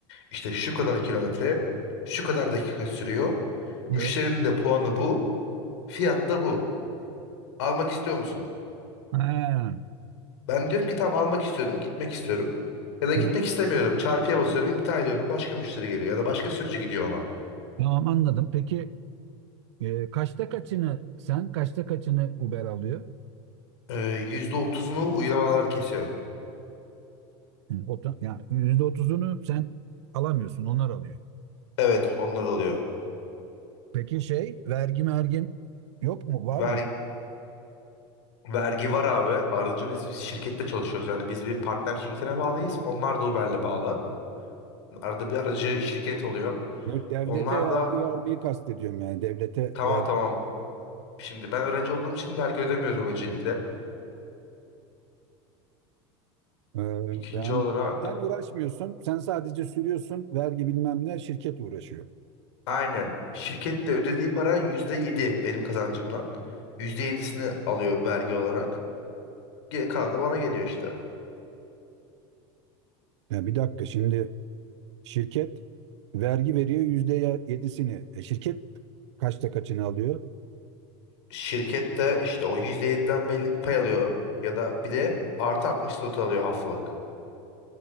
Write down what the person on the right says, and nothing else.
Evet.
Ha,
evet.
Tamam anladım. Peki e, kaçta kaçını sen kaçta kaçını Uber alıyor?
Hı, oto- Yani %30'unu sen alamıyorsun, onlar alıyor.
Peki şey vergi mergin yok mu? Var
mı?
Yok devlete
vergi
vermeyi kastediyorum yani. Devlete
vergi
Ee,
yani
sen uğraşmıyorsun, sen sadece sürüyorsun, vergi bilmem ne, şirket uğraşıyor.
Ya bir dakika şimdi şirket vergi veriyor yüzde yedisini. E şirket kaçta kaçını alıyor?